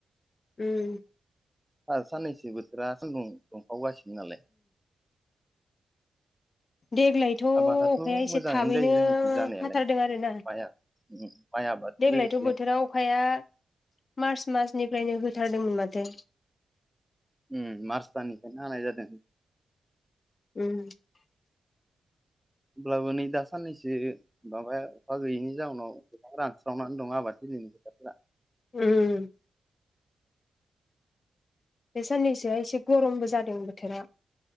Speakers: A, on the left (about 50°); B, in the centre.
A: ओम
B: साननैसो बोथोरा सानदुं दुंखावगासिनो नालाय
A: देग्लायथ'
B: आबादाथ'
A: अखाया एसे
B: मोजाङैनो
A: थाबैनो
B: जायो जोंनिथिं जानायालाय
A: हाथारदों आरोना
B: माइआ उम माइ आबाद
A: देग्लायथ'
B: लोगोसे
A: बोथोराव अखाया मार्च मासनिफ्रायनो होथारदों नो माथो
B: उम मार्च दाननिफ्रायनो हानाय जादों
A: ओम
B: होमब्लाबो नै दा साननैसो माबाया अखा गैयैनि जाउनाव गोबां रानसै नानै दं आबाद थिलिनि खोथिफोरा
A: ओम बे साननैसोआ एसे गरमबो जादों बोथोरा